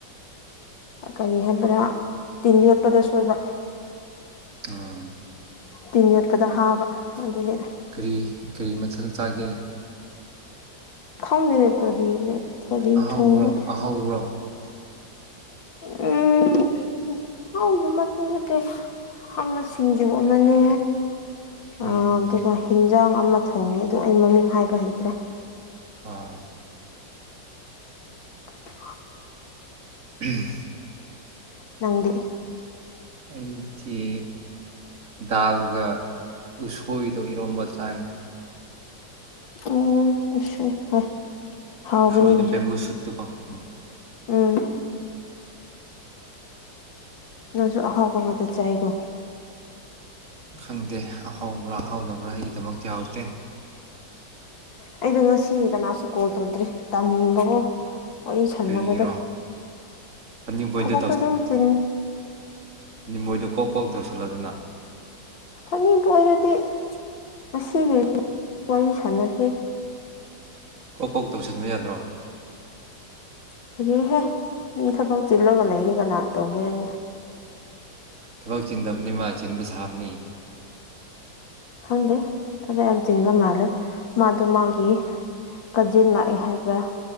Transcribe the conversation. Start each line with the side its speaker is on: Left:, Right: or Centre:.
Left: ꯀꯔꯤ ꯍꯥꯏꯕ꯭ꯔꯥ ꯇꯤꯟ ꯌꯣꯠꯄꯗ ꯁꯣꯏꯕ
Right: ꯑꯥ
Left: ꯇꯤꯟ ꯌꯣꯠꯄꯗ ꯍꯥꯕ ꯑꯗꯨꯅꯤꯗ
Right: ꯀꯔꯤ ꯀꯔꯤ ꯃꯊꯦꯜ ꯆꯥꯒꯦ
Left: ꯈꯡꯗꯦꯅꯦ ꯀꯔꯤ ꯀꯔꯤ
Right: ꯑꯍꯧꯕ꯭ꯔꯣ
Left: ꯊꯣꯡꯕꯔꯥ
Right: ꯑꯍꯧꯕ꯭ꯔꯣ
Left: ꯑ ꯍꯥꯎꯗꯃꯤ ꯅꯠꯇꯦ ꯑꯃ ꯁꯤꯡꯖꯨ ꯑꯃꯅꯦ
Right: ꯎꯝ
Left: ꯑ ꯑꯗꯨꯒ ꯍꯤꯟꯖꯥꯡ ꯑꯃ ꯊꯣꯡꯉꯦ ꯑꯗꯣ ꯑꯩ ꯃꯃꯤꯡ ꯍꯥꯏꯕ ꯍꯩꯇ꯭ꯔꯦ
Right: ꯑꯥ
Left: <inaudible>
Right: ꯎꯝ
Left: ꯅꯪꯗꯤ
Right: ꯑꯩꯗꯤ ꯗꯥꯜꯒ ꯎꯁꯣꯏꯗꯣ ꯏꯔꯣꯝꯕ ꯆꯥꯏ
Left: ꯎꯝ ꯑꯣꯏ ꯍꯣꯏ ꯍꯥꯎꯕꯅꯤꯅꯦ
Right: ꯎꯁꯣꯏꯗꯣ ꯕꯦꯝꯕꯨ ꯁꯨꯠꯇꯨꯀꯣ ꯎꯝ
Left: ꯎꯝ ꯅꯪꯁꯨ ꯑꯍꯥꯎꯕ ꯉꯥꯛꯇ ꯆꯥꯏꯀꯣ
Right: ꯈꯪꯗꯦ ꯑꯍꯥꯎꯕ꯭ꯔꯥ ꯑꯍꯥꯎꯗꯕ꯭ꯔꯥ ꯑꯩꯒꯤꯗꯃꯛꯇꯤ ꯍꯥꯎꯇꯦ
Left: ꯑꯩꯗꯣ ꯉꯁꯤ ꯀꯅꯥꯁꯨ ꯀꯣꯜ ꯇꯧꯗ꯭ꯔꯤ ꯇꯟꯕꯕꯣ ꯋꯥꯔꯤ ꯁꯥꯟꯅꯕꯗ
Right: ꯀꯔꯤꯒꯤꯔꯣ ꯐꯅꯤꯕꯣꯏꯗ
Left: ꯊꯕꯛꯁꯨ ꯑꯗꯨꯝ ꯆꯤꯟ
Right: ꯅꯤꯝꯕꯣꯏꯗꯣ ꯀꯣꯛ ꯀꯣꯛ ꯇꯧꯁꯜꯂꯗꯨꯅ
Left: ꯐꯅꯤꯄꯨꯔꯣꯏꯗꯗꯤ ꯉꯁꯤꯒꯤ ꯋꯥꯔꯤ ꯁꯥꯟꯅꯗꯦ
Right: ꯀꯣꯛ ꯀꯣꯛ ꯇꯧꯁꯟꯕ ꯌꯥꯗ꯭ꯔꯣ
Left: ꯀꯔꯤꯔꯍꯦ ꯃꯤ ꯊꯕꯛ ꯆꯤꯜꯂꯒ ꯂꯩꯔꯤ ꯀꯅꯥ ꯇꯧꯒꯦꯔ ꯑꯩꯅ
Right: ꯊꯕꯛ ꯆꯤꯟꯗꯕꯅꯤ ꯃꯥ ꯆꯤꯟꯕ ꯁꯥꯕꯅꯤ
Left: ꯈꯪꯗꯦ ꯊꯕꯛ ꯍꯖꯤꯟꯕ ꯃꯥꯜꯂꯦ ꯃꯥꯗꯣ ꯃꯥꯒꯤ ꯀꯥꯖꯤꯟ ꯂꯥꯛꯑꯦ ꯍꯥꯏꯕ꯭ꯔꯥ